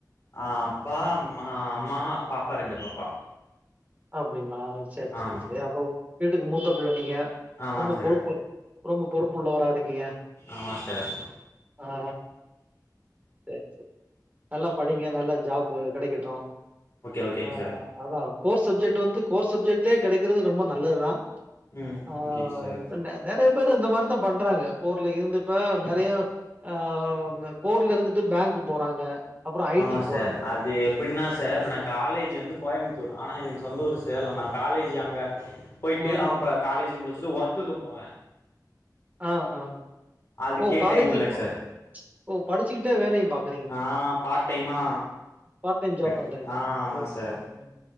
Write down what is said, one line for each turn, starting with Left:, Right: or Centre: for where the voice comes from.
Left: ஆ அப்பா அம்மா அம்மா பாப்பா ரெண்டு பாப்பா
Right: அப்டிங்ளா சர் ச
Left: ஆமாங்க
Right: ரே அப்பவ் வீட்டுக்கு மூத்த பிள்ள நீங்க
Left: ஆமாங்க
Right: ரொம்ப
Left: சார்
Right: பொறுப்போ ரொம்ப பொறுப்பு உள்ளவரா இருக்கீங்க
Left: ஆமா சார்
Right: அ ஆ தே ச நல்லா படிங்க நல்லா ஜாப்பு கிடைக்கட்டு
Left: ஓகே ஓகேங்க
Right: அ
Left: சார்
Right: அதா கோர் சப்ஜெட்டு வந்து கோர் சப்ஜெட்லே கிடைக்கறது ரொம்ப நல்லதுதா
Left: ம்
Right: அ
Left: ஓகேங்க சார்
Right: இப்ப நே நெறைய பேரு இந்த மாரிதா பண்றாங்க போர்ல இருந்து ப நெறையோ அவ்ம்மு கோர்ல இருந்துட்டு பேங்க்கு போறாங்க அப்புறம் ஐடிக்கு
Left: ஆமா சார்
Right: போறாங்க.
Left: அதேம் ப்டின்னா சார் இப்ப நா காலேஜ் வந்து கோயம்த்தூர் ஆனா எதுங் சொந்த ஊர் சேலோ நா காலேஜி அங்க போய்ட்டு
Right: ஆ, ஆ.
Left: அப்ப காலேஜு முடிச்சுட்டு ஒர்க்குக்கு போவே
Right: அ அ
Left: அதுக்கே
Right: ஓ காலேஜு
Left: டைம் இல்லைங்க
Right: பப்
Left: சார்
Right: ஓ படிச்சுக்கிட்டே வேலையு பாக்
Left: ஆ பார்ட் டைமா
Right: பார்ட் டைம்
Left: பெட்டு
Right: ஜாப் பண்றீங்க.
Left: ஆ ஆமா
Right: ஓகே.
Left: சார்
Right: ம்.